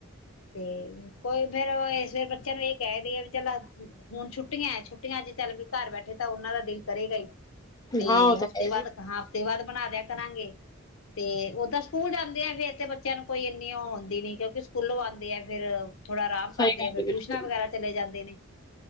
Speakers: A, on the left; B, on the left.
A: ਤੇ ਕੋਈ ਫੇਰ ਇਸ ਵਿਰ ਬੱਚਿਆਂ ਨੂੰ ਇਹ ਕਹਿ ਦੇ ਆ ਵੀ ਚੱਲ ਹੁਣ ਛੁੱਟੀਆਂ ਏ ਛੁੱਟੀਆਂ ਚ ਚੱਲ ਵੀ ਘਰ ਬੈਠੇ ਤਾਂ ਉਹਨਾਂ ਦਾ ਦਿਲ ਕਰੇਗਾ ਹੀ। ਤੇ
B: ਹਾਂ ਉਹ ਤਾਂ
A: ਹਫ਼ਤੇ
B: ਹੈ
A: ਬਾਦ ਹਫ਼ਤੇ ਬਾਦ ਬਣਾ ਤੇ ਕਰਾਂਗੇ। ਤੇ ਔਦਾਂ ਸਕੂਲ ਜਾਂਦੇ ਆ ਫੇਰ ਤੇ ਬੱਚਿਆਂ ਨੂੰ ਕੋਈ ਇੰਨੀ ਔ ਆਂਦੀ ਨੀ ਕਿਉਂਕਿ ਸਕੂਲੋਂ ਆਂਦੇ ਆ ਫਿਰ ਥੋੜਾ ਆਰਾਮ ਕਰਦੇ
B: ਸਹੀ ਗੱਲ
A: ਆ ਫਿਰ
B: ਬਿਲਕੁਲ
A: ਟਿਊਸ਼ਨਾਂ ਵਗੈਰਾ ਚਲੇ ਜਾਂਦੇ ਨੇ।